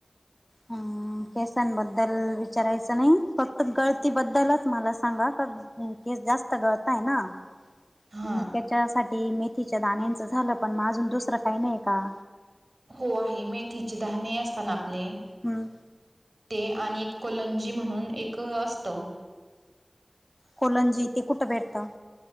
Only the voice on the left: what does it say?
हम्म. केसांबद्दल विचारायचं नाही, फक्त गळती बद्दलच मला सांगा का हम्म केस जास्त गळताय ना?
म त्याच्यासाठी मेथीच्या दाण्यांचं झालं पण मग अजून दुसरं काही नाही का?
हम्म.
कोलंजी ते कुठं भेटतं?